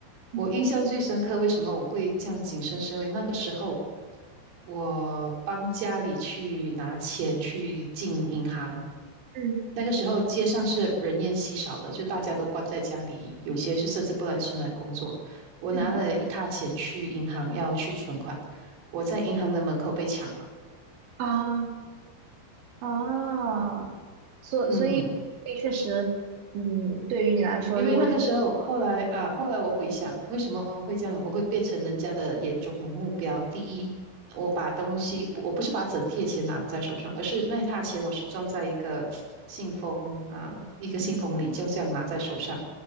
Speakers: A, on the right; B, on the right.
A: 嗯
B: 我印象最深刻，为什么我会这样谨慎？是因为那个时候我帮家里去拿钱去进银行，
A: 嗯
B: 那个时候街上是人烟稀少的，就大家都关在家里，有些就甚至不来出来工作。我拿了一沓钱去银行要去存款，
A: 嗯
B: 我在银行的门口被抢了。
A: 啊啊，所所以所以确实，
B: 嗯，
A: 嗯，对于你来说，
B: 因为那个时候，
A: 如果。
B: 后来啊，后来我回想，为什么会这样，我会变成人家的眼中的目标。第一，我把东西，我不是把整贴钱拿在手上，而是那沓钱我是装在一个信封啊，一个信封里，
A: 嗯，
B: 就这样拿在手上，